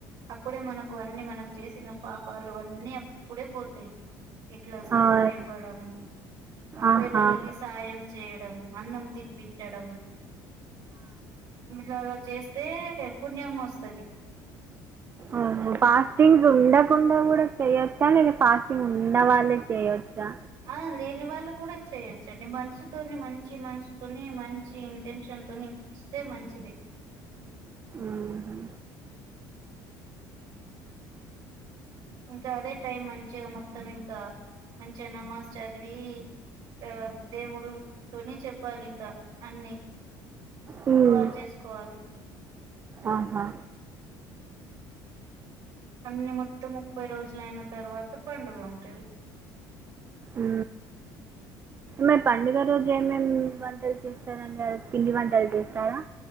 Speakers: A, on the right; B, on the right.
A: అప్పుడే మనకు అన్ని మనం. చేసిన పాపాలు అన్నీ అప్పుడే పోతాయి. ఇట్లా సత్క
B: ఆహా
A: ఇవ్వడం ఆ
B: ఆహా
A: పేదలకి సాహయం చేయ. అన్నం తినిపించడం. ఇట్లాగా చేస్తే పుణ్యం వస్తది.
B: అవును. ఫాస్టింగ్స్ ఉండకుండా కూడా చేయొచ్చా లేదా ఫాస్టింగ్ ఉండ వాళ్ళే చేయొచ్చా.
A: ఆ లేని వాళ్ళు కూడా చేయొచ్చది అది మనసుతోని మంచి మనసుతోని మంచి ఇంటెన్షన్ తోని. ఇస్తే మంచిది.
B: ఊహు.
A: ఇంకా అదే టైం మంచిగా మొత్తం ఇంకా మంచిగా నమాస్ చదివి. అ దేవుడు. తుని చెప్పాలి ఇంకా అన్ని
B: హ్మ్.
A: దువ చేసుకోవాలి.
B: ఆహా.
A: అన్ని మొత్తం ముప్పై రోజులు అయిన తర్వాత పండుగ ఉంటది.
B: ఊ. మరి పండుగ రోజు ఏమేమి వంటలు చేస్తారా అండి పిండి వంటలు చేస్తారా.